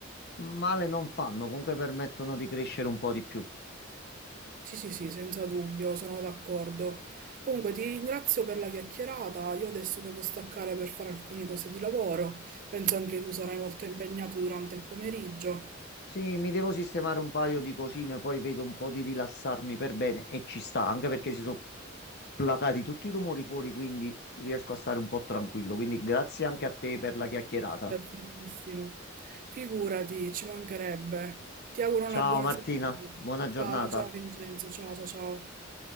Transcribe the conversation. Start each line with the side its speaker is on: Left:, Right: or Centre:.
Left: male non fanno, comunque permettono di crescere un po' di più.
Right: Sì, sì, sì, senza dubbio, sono d'accordo. Comunque ti ringrazio per la chiacchierata, io adesso devo staccare per fare alcune cose di lavoro, penso anche tu sarai molto impegnato durante il pomeriggio.
Left: Sì, mi devo sistemare un paio di cosine, poi vedo un po' di rilassarmi per bene e ci sta, anche perché si sono placati tutti i rumori fuori, quindi riesco a stare un po' tranquillo. Quindi grazie anche a te per la chiacchierata.
Right: Perfettissimo. Figurati, ci mancherebbe. Ti auguro
Left: Ciao
Right: una buona
Left: Martina,
Right: serata.
Left: buona giornata.
Right: Ciao, ciao Vincenzo, ciao, ciao, ciao.